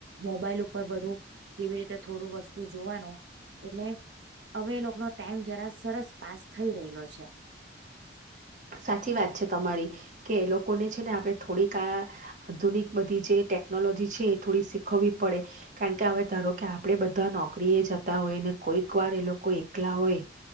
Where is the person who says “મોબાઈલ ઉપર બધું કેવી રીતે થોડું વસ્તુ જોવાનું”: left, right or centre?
Right